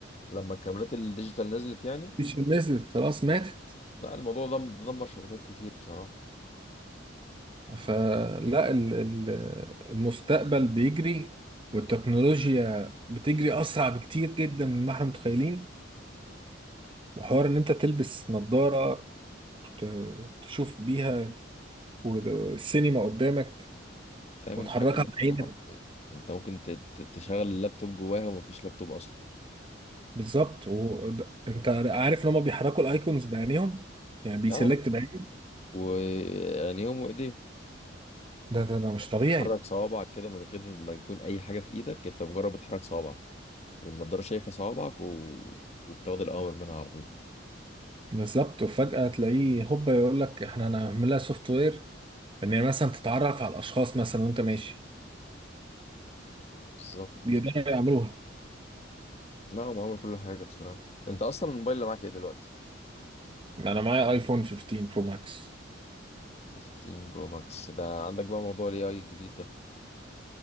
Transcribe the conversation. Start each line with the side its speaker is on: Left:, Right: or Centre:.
Left: لما الكاميرات الديجيتال نزلت يعني
Right: مش نزلت خلاص ماتت
Left: لا الموضوع ده دمر شركات كتير بصراحة
Right: فلا ال- ال- المستقبل بيجري والتكنولوجيا بتجري أسرع بكتير جدا مما احنا متخيلين وحوار إن أنت تلبس نظارة ت- تشوف بيها والسينما قدامك
Left: تعمل
Right: وتحركها
Left: بيها كل
Right: بعينك
Left: حاجة حرفيا انت ممكن ت- ت- تشغل اللابتوب جواها ومفيش لابتوب اصلا
Right: بالظبط وأنت عارف إن هما بيحركوا الأيكونز بعينيهم يعني بيسلكت
Left: اه
Right: بعين
Left: وعينيهم وايديهم
Right: ده ده ده مش
Left: يعني
Right: طبيعي
Left: تحرك صوابعك كده من غير ما يكون اي حاجه في ايدك انت مجرد بتحرك صوابعك والنضاره شايفه صوابعك و... وبتاخد الاوامر منها على طول
Right: بالظبط وفجأة تلاقيه هوبا يقول لك احنا هنعملها سوفت وير ان هي مثلا تتعرف على الاشخاص مثلا وانت ماشي
Left: بالظبط
Right: يقدروا يعملوها
Left: لا معامل كل حاجه بصراحه انت اصلا الموبايل اللي معاك ايه دلوقتي
Right: انا معايا ايفون 15 برو ماكس
Left: 15 برو ماكس ده عندك بقى موضوع الاي اي الجديد ده